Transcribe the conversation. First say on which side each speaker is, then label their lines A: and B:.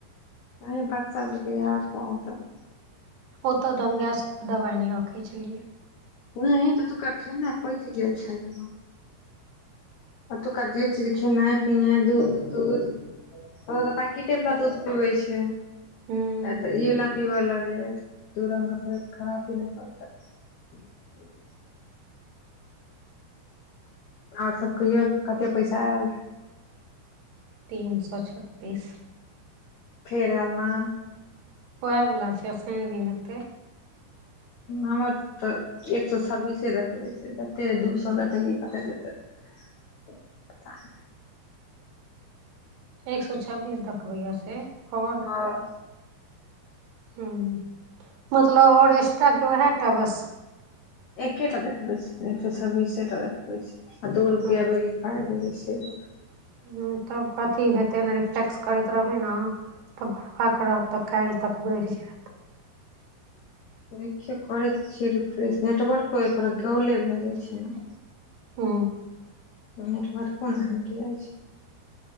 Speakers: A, on the left; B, on the right.
A: एहि बच्चा सभ के इहा छै आदत।
B: ओतय तऽ हम गैसो के दबाई नही रखैइ छलिए।
A: नहि ओतूका खेनाए पैइच गेल छलऽ अतुका जे चिज खेनाए पिना दूध तूध। ओतय तऽ पैकिटे वाला दूध पिबई छै।
B: हुँ
A: अतय इ वाला पीबय लगलेई दु रंग के खरापी नैए करते इ। ह ओर सभ कहियौ कतेक पैसा आयल।
B: तीन सौ छत्तीस
A: फेर आलन नै
B: ओहा वाला छै शनि दिन के।
A: हमर तऽ एक सौ छब्बीसे देखबेई छै तऽ दू सौ देतै कऽ कते देतै पता नइ
B: एक सौछब्बीस देखबेई यै से ओर।
A: हँ
B: हम्म बुझलो ओर एस्ट्रा कि उहाटा बस।
A: एकैए टा देखबै ई छै एक सौ छब्बीसे टा देखबै आ दू रुपआ
B: हुँ
A: बढ़ी गेल। खाइ भेलै से देख
B: हैं तऽ कथी हेतैए ऐना जे टेक्स करैत रहबै ने। तऽ बर बाका रहत तऽ काल्हि तक बढ़ि जायत
A: देखो करैत छिय रिफ्र नेटवर्को ओपर गाउले भए जाई छै ने
B: हू
A: नेटवार्को नहि हटि जाई छै